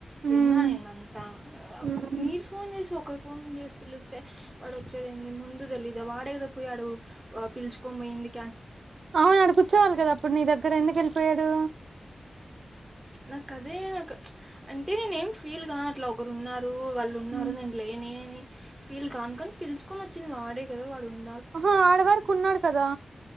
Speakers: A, on the right; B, on the right.
A: హ్మ్
B: విన్నా నేను అంతా
A: హ్మ్
B: మీరు ఫోన్ జే ఇసు ఒకరు ఫోన్ జేసి పిలిస్తే వాడు ఒచ్చేది ఏంది ముందు దెలీదా వాడే గదా పొయ్యాడు పిలుచు కొం బొయింది
A: అవును ఆడ కూర్చోవాల్ గదా అప్పుడు నీ దగ్గర ఎందుకు ఎళ్ళిపోయాడు
B: నాక్ అదే నాక్ అంటే నేను ఏం ఫీల్ గాట్లె ఒకరున్నారూ వాళ్ళు ఉన్నారు
A: హ్మ్
B: నేను లేనే ని ఫీల్ కాన్ కని పిలుచకొని ఒచ్చింది వాడే గదా వాడున్
A: అహా ఆడి వరకు ఉన్నాడు కదా